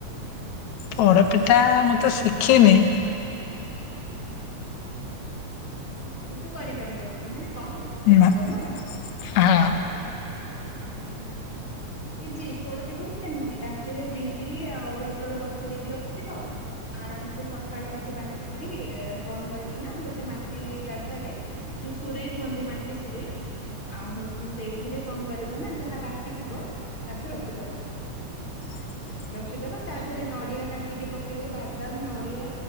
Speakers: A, on the left (about 75°); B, on the left (about 15°).
A: ପୋଡପିଠା ମୁଁ ତ ଶିଖିନି।
B: କିନ୍ତୁ କରିପାରିବନି ମାନେ କହିଲେ ଶିଖିଯିବ
A: ନା
B: ନୁହଁ?
A: ହଁ
B: ହୁଁ। ଇଜି ପୋଡ ପିଠା ବି ସେମିତି। ରାତିରେ ବିରି ଆଉ ଅରୁଆ ଚଉଳ ବତୁରଇକି ରଖିଥିବ। ଆରାମ ସେ ସଖାଳେ ତାକୁ ବାଟିକିରି କଣ କରିବ ନା ଗୋଟେ ମାଟି ଜାଗାରେ ଯୋଉ ସୁରେଇ କୁହନ୍ତି ମାଟି ସୁରେଇ। ଆଉ ହୋଉଚି ସେଇଥିରେ କଣ କରିବ ନା ଯାହା ବାଟିଥିବ ତାକୁ ରଖିଦବ।
A: ଏଇ।
B: ରଖିଦବ ତା ଦେହରେ ନଡିଆ କାଟିକି ପକେଇବ ବାଦାମ ନଡିଆ